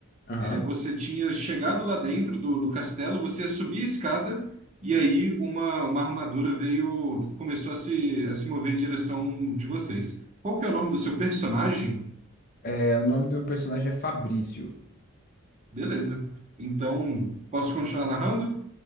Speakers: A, on the left; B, on the right.
A: Aham.
B: É, você tinha chegado lá dentro do, do castelo, você ia subir a escada e aí uma, uma armadura veio, começou a se, a se mover em direção de vocês. Qual que é o nome do seu personagem?
A: É, o nome do meu personagem é Fabrício.
B: Beleza. Então, posso continuar narrando?